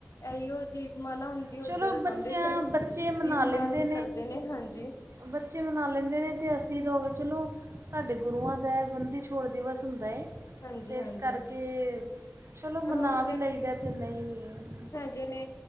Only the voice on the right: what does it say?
ਚਲੋ
ਬੱਚਿਆਂ
ਬੱਚੇ ਮਨਾ
ਲੈਂਦੇ
ਬੱਚੇ ਮਨਾ ਲੈਂਦੇ ਨੇ, ਅਤੇ ਅਸੀਂ ਲੋਕ ਚਲੋ ਸਾਡੇ ਗੁਰੂਆਂ ਦਾ, ਬੰਦੀ ਛੋੜ ਦਿਵਸ ਹੁੰਦਾ ਏ,
ਤੇ ਇਸ ਕਰਕੇ, ਚਲੋ
ਮਨਾ
ਵੀ ਲਈਦਾ, ਅਤੇ ਨਹੀਂ ਵੀ